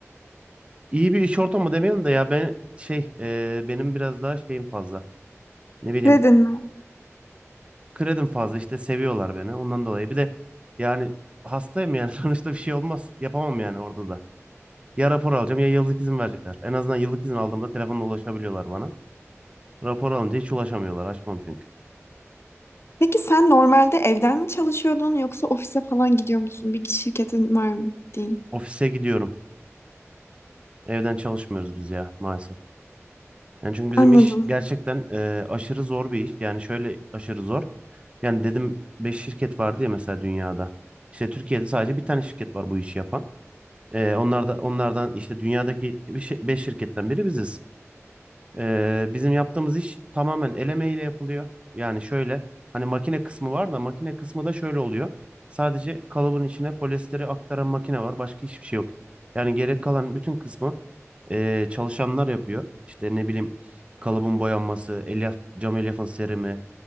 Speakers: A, on the right (about 20°); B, on the left (about 55°).
A: İyi bir iş ortamı demeyelim de ya ben şey e, benim biraz daha şeyim fazla. Ne bileyim
B: Dedin mi?
A: kredim fazla işte seviyorlar beni ondan dolayı. Bir de yani hastayım yani <laughs> sonuçta bir şey olmaz. Yapamam yani orada da. Ya rapor alacağım ya yıllık izin verecekler. En azından yıllık izin aldığımda telefonla ulaşabiliyorlar bana. Rapor alınca hiç ulaşamıyorlar. Açmam çünkü.
B: Peki sen normalde evden mi çalışıyordun yoksa ofise falan gidiyor musun? Bir şirketin var mı gittiğin?
A: Ofise gidiyorum. Evden çalışmıyoruz biz ya maalesef. Yani çünkü bizim
B: Anladım.
A: iş gerçekten e, aşırı zor bir iş. Yani şöyle aşırı zor. Yani dedim 5 şirket vardı ya mesela dünyada. İşte Türkiye'de sadece bir tane şirket var bu işi yapan. E, onlar da onlardan işte dünyadaki 5 şirketten biri biziz. E, bizim yaptığımız iş tamamen el emeğiyle yapılıyor. Yani şöyle hani makine kısmı var da makine kısmı da şöyle oluyor. Sadece kalıbın içine polyesteri aktaran makine var. Başka hiçbir şey yok. Yani gerek kalan bütün kısmı e, çalışanlar yapıyor. İşte ne bileyim kalıbın boyanması, elyaf, cam elyafın serimi.